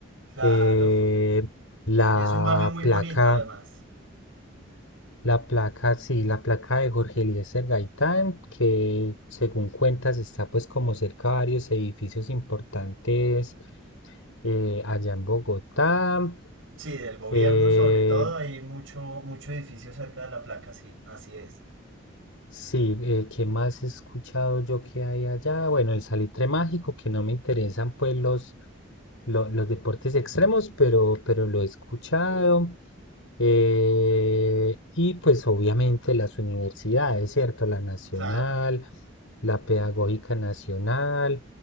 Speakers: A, on the right (about 75°); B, on the left (about 85°).
A: claro.
B: eh, la
A: Y es un barrio muy
B: placa
A: bonito además.
B: la placa, sí, la placa de Jorge Eliezer Gaitán, que según cuentas está pues como cerca de varios edificios importantes eh, allá en Bogotá.
A: Sí, del gobierno
B: Eh,
A: sobre todo, hay mucho, mucho edificio cerca de la placa, sí, así es.
B: Sí, eh, ¿qué más he escuchado yo que hay allá? Bueno, el salitre mágico, que no me interesan pues los, lo- los deportes extremos, pero, pero lo he escuchado. Eh, y pues obviamente las universidades, ¿cierto? La nacional,
A: Claro,
B: la pedagógica nacional.